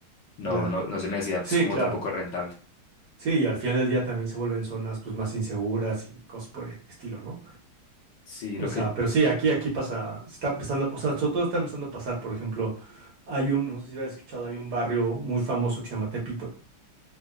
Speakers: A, on the left; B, on the right.
A: no,
B: ya.
A: no, no se me hacía
B: Sí,
A: pues como
B: claro.
A: tampoco rentable.
B: Sí, y al final del día también se vuelven zonas pues más inseguras y cosas por el estilo, ¿no?
A: Sí,
B: O
A: lo
B: sea,
A: que,
B: pero sí, aquí, aquí pasa, se está empezando, o sea, sobre todo está empezando a pasar, por ejemplo, hay un, no sé si habéis escuchado, hay un barrio muy famoso que se llama Tepito,